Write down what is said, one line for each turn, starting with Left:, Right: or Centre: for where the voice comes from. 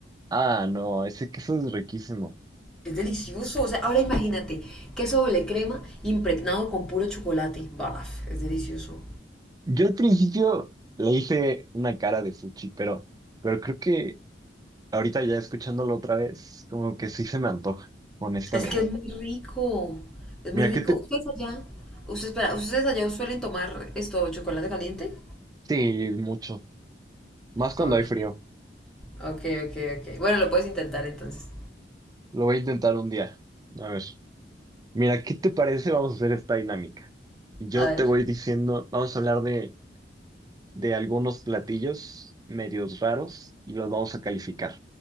Right: Ah, no, ese queso es riquísimo.
Centre: Es delicioso. O sea, ahora imagínate, queso doble crema impregnado con puro chocolate. Baf, es delicioso.
Right: Yo al principio le hice una cara de fuchi, pero, pero creo que ahorita ya escuchándolo otra vez, como que sí se me antoja, honestamente.
Centre: Es que es muy rico. Es
Right: Mira,
Centre: muy rico.
Right: que te...
Centre: ¿Ustedes allá? Usted, espera, ¿ustedes allá suelen tomar esto, chocolate caliente?
Right: Sí, mucho. Más cuando
Centre: Ok,
Right: hay frío.
Centre: ok, ok, ok. Bueno, lo puedes intentar entonces.
Right: Lo voy a intentar un día. A ver. Mira, ¿qué te parece? Vamos a hacer esta dinámica. Yo
Centre: A ver.
Right: te voy diciendo, vamos a hablar de, de algunos platillos medios raros y los vamos a calificar.